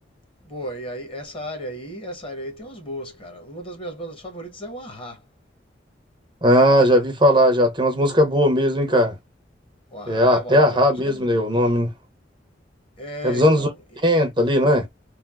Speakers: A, on the left (about 30°); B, on the right (about 25°).
A: Boa, e aí essa área aí, essa área aí tem umas boas, cara. Uma das minhas bandas favoritas é o Ahá.
B: Ah, já vi falar já. Tem umas músicas boas mesmo, hein, cara?
A: O Ahá,
B: É a,
A: o
B: é
A: Ahá
B: a
A: tem
B: Rá
A: umas músicas
B: mesmo,
A: boas.
B: né? O nome, né?
A: É,
B: É dos
A: então,
B: anos oitenta ali, não é?